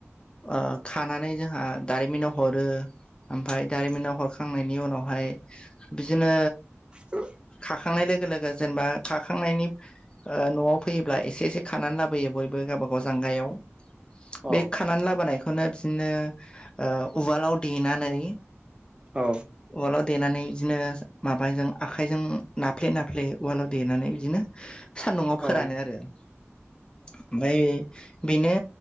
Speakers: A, on the left; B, on the right.
A: ओ खानानै जोंहा दारिमिनाव हरो ओमफाय दारिमिनाव हरखांनायनि उनावहाय बिदिनो
B: औ
A: खाखांनाय लोगो लोगो जेनेबा खाखांनायनि ओ न'आव फैयोब्ला एसे एसे खानानै लाबोयो बयबो गावबा गाव जांगायाव
B: औ
A: बे खानानै लाबोनायखौनो बिदिनो ओ उवालाव देनानै
B: औ
A: उवालाव देनानै बिदिनो माबाजों आखायजों नाफ्ले नाफ्ले उवालाव देनानै बिदिनो सान्दुंङाआव
B: औ
A: फोरानो आरो ओमफ्राय बेनो